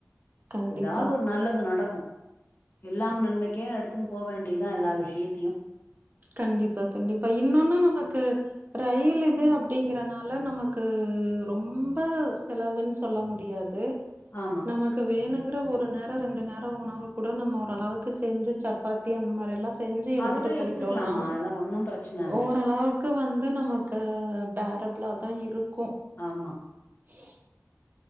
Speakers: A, on the right (about 35°); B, on the left (about 45°).
A: கண்டிப்பா.
B: எதாவ்து ஒரு நல்லது நடக்கு எல்லாம் நன்மை க்கேனு எடுத்துன் போ வேண்டிதா எல்லா விஷியத்தியு
A: கண்டிபா கண்டிபா இன்னொன்னு நமக்கு ரயிலிது அப்டிங்கறனால நமக்கு ரொம்ப செலவுன் சொல்ல முடியாது
B: ஆமா
A: நமக்கு வேணுங்ற ஒரு நேர ரண்டு நேர ர உணவு கூட நம்ம ஓரளவுக்கு செஞ்சி சப்பாத்தி அந்த மாரியெலா செஞ்ஜீ எடுத்திட்டு
B: அதெல்லா எடுத்துக்கலாம்மா
A: டோனா
B: அதெல்லா ஒன்னும் பிரச்சன இல்ல
A: ஓரளவ்க்கு வந்து நமக்கு பே ஃபேரபலதா இருக்கு
B: ஆம்மா
A: <inaudible>